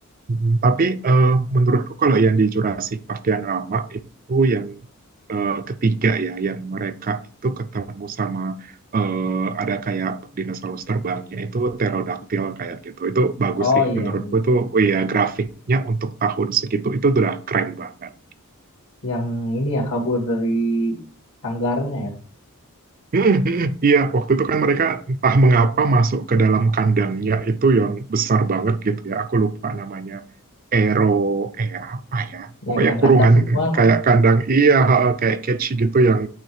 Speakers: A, on the right; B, on the left.
A: Mm, Tapi eh, menurutku kalau yang di Jurassic Park yang lama itu yang eh, ketiga ya, yang mereka itu ketemu sama eh, ada kayak dinosaurus terbangnya itu pterodaktil kayak gitu. Itu bagus
B: Oh
A: sih
B: iya,
A: menurutku itu oh iya grafiknya untuk tahun segitu itu udah keren banget.
B: yang ini ya kabur dari sanggarnya ya.
A: Mm, mm, Iya, waktu itu kan mereka entah mengapa masuk ke dalam kandangnya itu yang besar banget gitu ya. Aku lupa namanya Aero, eh apa ya, pokoknya
B: Ya, yang
A: kurungan
B: kacang semua
A: kayak
B: kan.
A: kandang iya, ha, ha, kayak cage gitu yang